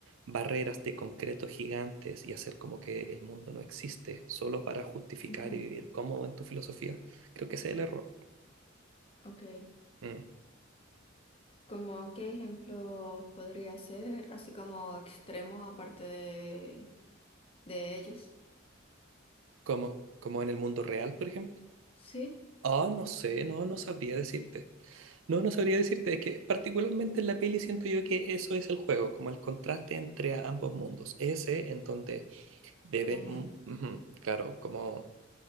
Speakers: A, on the right; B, on the left.
A: barreras de concreto gigantes y hacer como que el mundo no existe solo para justificar
B: Ujú.
A: y vivir cómodo en tu filosofía, creo que ese es el error.
B: Ok.
A: Mm.
B: ¿Como qué ejemplo podría ser, así como extremo, aparte de, de ellos?
A: ¿Cómo? ¿Como en el mundo real, por ejemplo?
B: Sí.
A: Ah, no sé, no, no sabría decirte. No, no sabría decirte, es que particularmente en la peli siento yo que eso es el juego, como el contraste entre a- ambos mundos. Ese en donde debe
B: Ujú.
A: mm, ujú, claro, como,